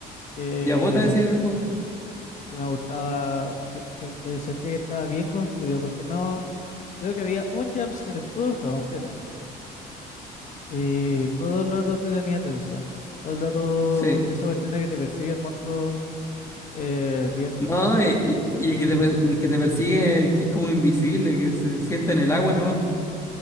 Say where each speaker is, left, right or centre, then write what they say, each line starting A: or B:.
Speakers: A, on the left (about 45°); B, on the left (about 15°).
A: que-
B: Ya bota ese juego.
A: que me gustaba, que, que- que sentía que estaba bien construido, porque no, creo que había un jumpscare en todo el juego entero. Y todo el rato te tenía tenso. Todo el rato
B: Sí.
A: esa cuestión de que te persigue el monstruo, eh, bien,
B: No, eh, y, y el que te, per- el que te persigue, el que es como invisible, que se sienta en el agua nomás, pues.